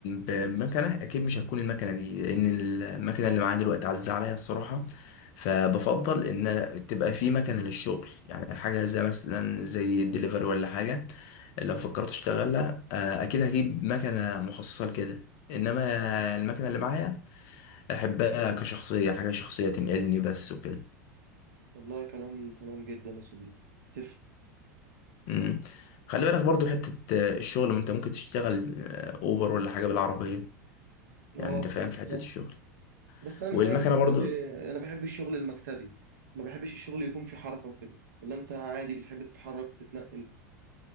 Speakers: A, on the left; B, on the right.
A: بمكنه اكيد مش هتكون المكنه دي لان المكنه اللي معايا دلوقتي عزيزه عليا الصراحه فبفضل ان تبقى في مكنه للشغل يعني حاجه زي مثلا زي الدليفري ولا حاجه لو فكرت اشتغلها آه، اكيد هجيب مكنه مخصصه لكده انما المكنه اللي معايا احبها كشخصيه حاجه شخصيه تنقلني بس وكده
B: والله كلام تمام جدا يا صديقي بتفهم
A: مم. خلي بالك برضو حته آه، الشغل ما انت ممكن تشتغل آه، اوبر ولا حاجه بالعربيه
B: اه
A: يعني انت فاهم في حته
B: بالظبط
A: الشغل
B: بس انا
A: والمكنه
B: من النوع اللي بحب
A: برضو
B: انا بحب الشغل المكتبي ما بحبش الشغل يكون فيه حركه وكده ولا انت عادي بتحب تتحرك وتتنقل